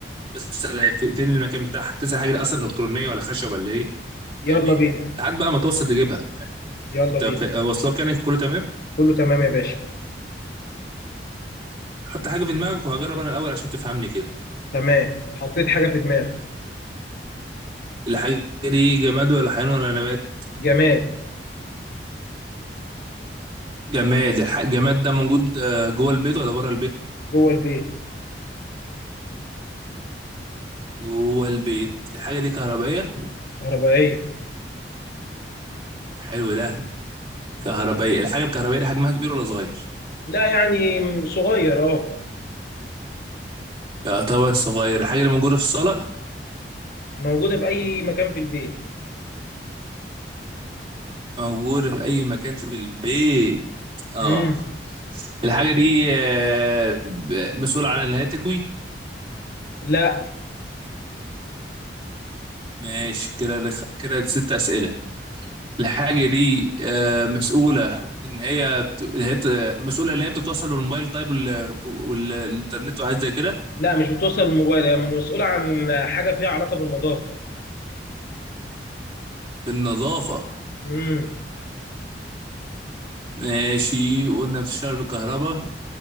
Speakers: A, on the right (about 30°); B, on the left (about 55°).
A: تسأل هي في فين المكان بتاعها تسأل حاجة دي اصلا الكترونية ولا خشب ولا ايه
B: يلا
A: فاهمني
B: بينا
A: لحد بقى ما توصل تجيبها
B: يلا
A: انت
B: بينا
A: في- آه، واصلك يعني كله تمام
B: كله تمام يا باشا
A: حط حاجة في دماغك وهجرب انا الاول عشان تفهمني كده
B: تمام حطيت حاجه في دماغي
A: الحاجة دي جماد ولا حيوان ولا نبات
B: جماد
A: جماد الح- الجماد ده موجود آه، جوه البيت ولا بره البيت
B: جوه البيت
A: جوه البيت الحاجة دي كهربائية
B: كهربائيه
A: حلو ده كهربائية الحاجة الكهربائية دي حجمها كبير ولا صغير
B: لا يعني صغير اه
A: يعتبر صغير الحاجة اللي موجودة في الصالة
B: موجوده في اي مكان في البيت
A: موجودة في أي مكان في البيت اه
B: امم
A: الحاجة دي آه، ب- مسؤول عن الهاتفي
B: لا
A: ماشي كده رخ... كده ست أسئلة الحاجة دي آه، مسؤولة إن هي بت... الهات... مسؤولة إن هي بتتوصل بالموبايل طيب وال... والإنترنت وحاجات زي كده
B: لا مش بتوصل الموبايل هي مسؤوله عن حاجه فيها علاقه بالنظافه
A: بالنظافة
B: امم
A: ماشي قلنا بتشتغل بالكهرباء